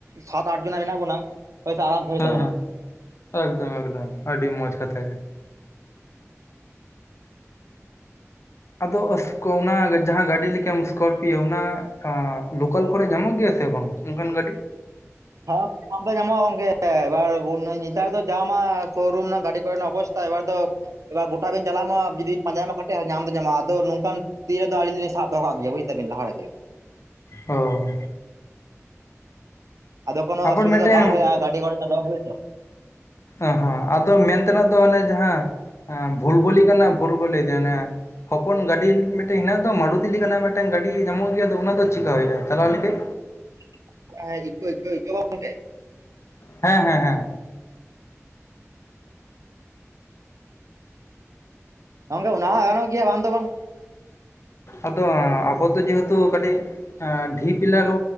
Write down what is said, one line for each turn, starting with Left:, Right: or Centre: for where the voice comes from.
Right: ᱥᱟᱛ ᱟᱴ ᱡᱚᱱᱟ ᱢᱮᱱᱟᱜ ᱵᱚᱱᱟ ᱦᱳᱭ ᱥᱮ ᱟᱨᱟᱢ ᱥᱮ ᱦᱩᱭᱩᱜ
Left: ᱦᱮᱸ
Right: ᱛᱟᱵᱚᱱᱟ
Left: ᱦᱮᱸ ᱮᱠᱫᱚᱢ ᱮᱠᱫᱚᱢ ᱟᱹᱰᱤ ᱢᱚᱸᱡᱽ ᱠᱟᱛᱷᱟ ᱜᱮ᱾ ᱟᱫᱚ ᱚᱱᱟ ᱡᱟᱦᱟᱸ ᱜᱟᱹᱰᱤ ᱞᱮᱠᱟᱱ ᱥᱠᱚᱨᱯᱤᱭᱳ ᱚᱱᱟ ᱞᱳᱠᱟᱞ ᱠᱚᱨᱮ ᱧᱟᱢᱚᱜ ᱜᱮᱭᱟ ᱥᱮ ᱵᱟᱝ? ᱱᱚᱝᱠᱟᱱ ᱜᱟᱹᱰᱤ?
Right: ᱦᱮᱸ <unintelligible> ᱧᱟᱢ ᱫᱚ ᱧᱟᱢᱚᱜᱼᱟ ᱜᱚᱝᱠᱮ ᱮᱵᱟᱨ ᱱᱮᱛᱟᱨ ᱫᱚ ᱡᱟᱢᱟ ᱥᱳᱨᱩᱢ ᱨᱮᱱᱟᱜ ᱜᱟᱹᱰᱤ ᱠᱚᱨᱮᱱᱟᱜ ᱚᱵᱚᱥ ᱮᱵᱟᱨ ᱫᱚ ᱮᱵᱟᱨ ᱜᱚᱴᱟ ᱵᱮᱱ ᱪᱟᱞᱟᱜ ᱢᱟ ᱡᱩᱫᱤ ᱯᱟᱸᱡᱟᱭᱟᱢ ᱠᱟᱹᱴᱤᱡ ᱧᱟᱢ ᱫᱚ ᱧᱟᱢᱚᱜᱟ ᱟᱫᱚ ᱱᱚᱝᱠᱟᱱ ᱛᱤ ᱨᱮᱫᱚ ᱟᱹᱞᱤ ᱫᱚᱞᱤᱧ ᱥᱟᱵ ᱫᱚᱦᱚ ᱠᱟᱜ ᱜᱮᱭᱟ ᱵᱩᱡ ᱫᱟᱵᱮᱱ ᱞᱟᱦᱟ ᱨᱮᱜᱮ᱾
Left: ᱚ᱾
Right: ᱟᱫᱚ ᱠᱚᱱᱚ
Left: ᱟᱵᱟᱨ
Right: ᱚᱥᱩᱵᱤᱫᱟ
Left: ᱢᱤᱫᱴᱮᱱ
Right: ᱵᱟᱝ ᱦᱩᱭᱩᱜᱼᱟ ᱜᱟᱹᱰᱤ ᱜᱷᱚᱲᱟ <unintelligible>
Left: ᱮᱦᱚᱸ ᱟᱫᱚ ᱢᱮᱱ ᱛᱮᱱᱟᱜ ᱫᱚ ᱚᱱᱮ ᱡᱟᱦᱟᱸ ᱮᱸᱵᱷᱩᱞ ᱵᱚᱞᱤ ᱠᱟᱱᱟ ᱵᱷᱩᱞ ᱵᱚᱞᱤ ᱡᱟᱦᱟᱸ ᱚᱱᱟ ᱦᱚᱯᱚᱱ ᱜᱟᱹᱰᱤ ᱢᱤᱫᱴᱮᱱ ᱦᱮᱸᱱᱟᱜ ᱫᱚ ᱢᱟᱨᱩᱛᱤ ᱞᱮᱠᱟᱱᱟᱜ ᱢᱤᱫᱴᱮᱱ ᱜᱟᱹᱰᱤ ᱧᱟᱢᱚᱜ ᱜᱮᱭᱟ ᱫᱚ ᱚᱱᱟ ᱫᱚ ᱪᱮᱠᱟ ᱦᱩᱭᱩᱜᱼᱟ? ᱪᱟᱞᱟᱣ ᱞᱮᱠᱷᱟᱡ
Right: <inaudible> ᱦᱮᱸ ᱤᱠᱳ ᱤᱠᱳ ᱵᱟᱝ ᱜᱚᱢᱠᱮ?
Left: ᱦᱮᱸ ᱦᱮᱸ ᱦᱮᱸ᱾
Right: ᱜᱚᱝᱠᱮ ᱚᱱᱟ ᱦᱚᱸ ᱜᱟᱱᱚᱜ ᱜᱮᱭᱟ ᱵᱟᱝ ᱫᱚ ᱵᱟᱝ᱾
Left: ᱟᱫᱚ ᱟᱵᱚ ᱫᱚ ᱡᱮᱦᱮᱛᱩ ᱠᱟᱹᱴᱤᱡ ᱟᱸᱰᱷᱤᱯ ᱮᱞᱟᱠᱟ